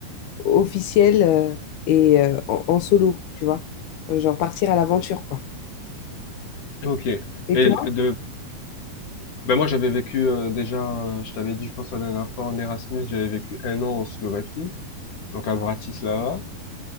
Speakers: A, on the left; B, on the left.
A: officielle euh, et euh, en, en solo, tu vois. Genre partir à l'aventure, quoi.
B: ok.
A: Et
B: Et
A: toi?
B: de, ben moi j'avais vécu euh, déjà, euh, je t'avais dit, je pense la dernière fois en Erasmus, j'avais vécu un an en Slovaquie, donc à Bratislava.